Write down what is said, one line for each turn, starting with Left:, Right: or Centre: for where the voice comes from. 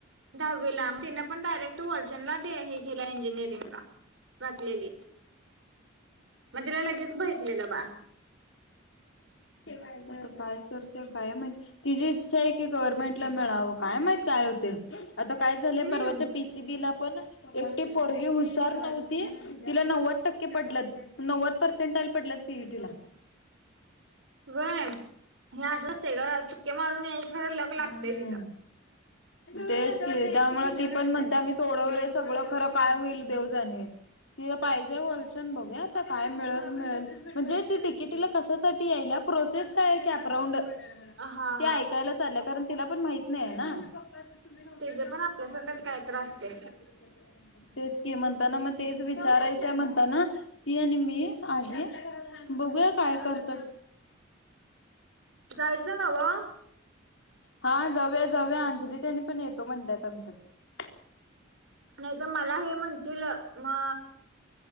Right: दहावीला तिन पण डायरेक्ट वालचंनला केली इंजिनिअरिंग वाटलेली मग तिला लगेच भेटलेलं बा
Left: काय करते काय माहित तिचीी इच्छा आहे की गव्हर्नमेंट ला मिळावं काय माहित काय होते आता काय झालंय
Right: हम्म
Left: परवाच्या पीसी बीला पण एकटी पोरगी हुशार नव्हती तिला नव्वद टक्के पडल नव्वद पर्सेंट आ पटलात सीईटीला
Right: वय हे हग ुक्े मारूनणे लागतय
Left: हम्म
Right: तिथं
Left: तेच क त्यामुळे ती पण म्हणते मी सोडवलोय सगळं खरं काय होईल देवजणी तिला पाहिजे वलचन बघू आता काय मि मिळेल म्हणजे त तिकिटीला कशासाठी याईल प्रोसेस काय की अपरांड ते
Right: हा हा
Left: ऐकायला तला पण माह नाही ना तुम्ही नव्हता
Right: तेज
Left: तेव्हा
Right: पण आपल्यासारखंच
Left: पप्पा वर ज
Right: काय तर असतय
Left: ख क म्हणताना मग तेच विचारायचं म्हणताना ती आणि मी आहे बघूया काय करत
Right: जायचं ना ग
Left: हा जाऊया जावया अंजली त्या पण येतो म्हणतात आमच्यात
Right: नाही तर मला हे म्हणशील म